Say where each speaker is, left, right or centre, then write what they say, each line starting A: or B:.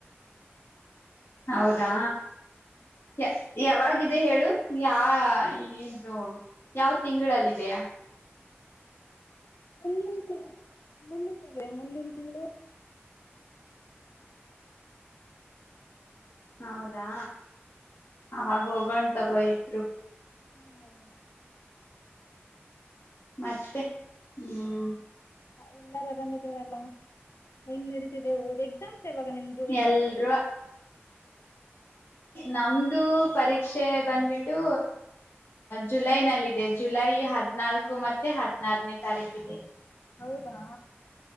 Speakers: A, on the left; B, on the left.
A: ಹೌದಾ ಯ ಯಾವಾಗಿದೆ ಹೇಳು ಯಾ ಇದು ಯಾವ ತಿಂಗಳಲ್ಲಿದೆಯಾ
B: ಮುಂದಿನ ತಿ ಮುಂದಿನ ತಿಂಗಳು ಮುಂದಿನ ತಿಂಗಳು
A: ಹೌದಾ ಅವಾಗ ಹೋಗೊಂಡ್ ತಗೋ ಇಬ್ರೂ
B: ಹೌ
A: ಮತ್ತೆ ಹ್ಮ್
B: ಎಲ್ಲಾರ ಆರಾಮ್ ಇದಾರ ಅಲ್ಲಾ ಹೆಂಗ್ ನಡೀತಿದೆ ದ ಎಕ್ಸಾಮ್ ಸ್ ಯವಾಗ ನಿಮ್ದು
A: ಎಲ್ರೂ ನಮ್ದು ಪರೀಕ್ಷೆ ಬಂದ್ಬಿಟ್ಟು ಜುಲೈನಲ್ಲಿದೆ ಜುಲೈ ಹದ್ನಾಲ್ಕು ಮತ್ತೆ ಹದ್ನಾರನೇ ತಾರೀಕ ಇದೆ
B: ಹೌದಾ